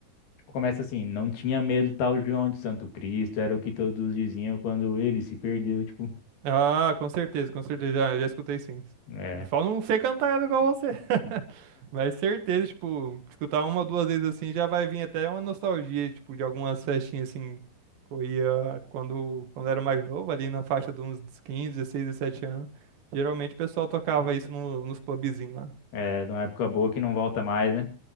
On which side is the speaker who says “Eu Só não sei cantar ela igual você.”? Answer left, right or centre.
Right